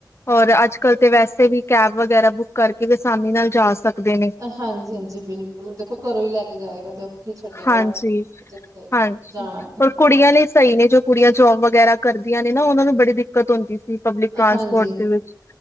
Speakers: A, on the left (about 35°); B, on the right (about 55°).
A: ਔਰ ਅੱਜਕੱਲ੍ਹ ਤਾਂ ਵੈਸੇ ਵੀ ਕੈਬ ਵਗੈਰਾ ਬੁੱਕ ਕਰਕੇ ਆਸਾਨੀ ਨਾਲ ਜਾ ਸਕਦੇ ਨੇ।
B: ਹਾਂਜੀ-ਹਾਂਜੀ, ਬਿਲਕੁਲ। ਦੇਖੋ, ਘਰੋਂ ਹੀ ਲੈ ਕੇ ਜਾਏਗਾ ਤੇ। ਹੀ ਛੱਡੇਗਾ
A: ਹਾਂਜੀ
B: ਜਿੱਥੇ
A: ਹਾਂਜੀ
B: ਜਾਣਾ।
A: ਔਰ ਕੁੜੀਆਂ ਲਈ ਸਹੀ ਨੇ, ਜੋ ਕੁੜੀਆਂ ਜੋਬ ਵਗੈਰਾ ਕਰਦੀਆਂ ਨੇ ਨਾ, ਉਹਨਾਂ ਨੂੰ ਬੜੀ ਦਿੱਕਤ ਹੁੰਦੀ ਸੀ। ਪਬਲਿਕ ਟਰਾਂਸਪੋਰਟ
B: ਹਾਂਜੀ
A: ਦੇ ਵਿੱਚ